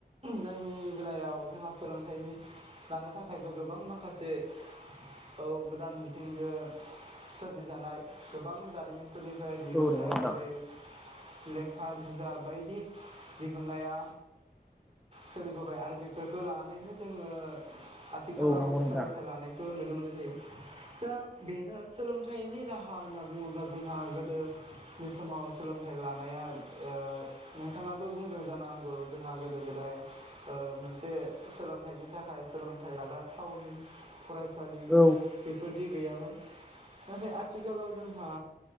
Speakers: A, on the right; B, in the centre.
A: जायनि बेलायाव जोंहा सोलोंथाइ लानो थाखायबो गोबां माखासे औ गोदान बिथिंजों सोरजिजानाय गोबां जारिमिन फोरनिफ्राय दिहुनथाइ
B: औ नंगौ नोंथां
A: जेरै लेखा बिजाब बायदि दिहुननाया सोलिबोबाय आरो बेफोरखौ लानानैनो जोङो आथिखालाव
B: औ नंगौ नोंथां
A: सोलों नायखौ नुनो मोननाय जायो दा बेनो सोलोंथाइनि राहा होनना बुङोबा जोंहा गोदोनि समाव सोलोंथाइ लानाया ओ नोंथाङाबो बुंदों जानो हांगौ जोंहा गोदो गोदाय ओ मोनसे सोलोंथाइनि थाखाय सोलोंथाइ लाग्रा थावनि फरायसा सालि
B: औ
A: बेफोरदि गैयामोन। <inaudible> नाथाय आथिखालाव जोंहा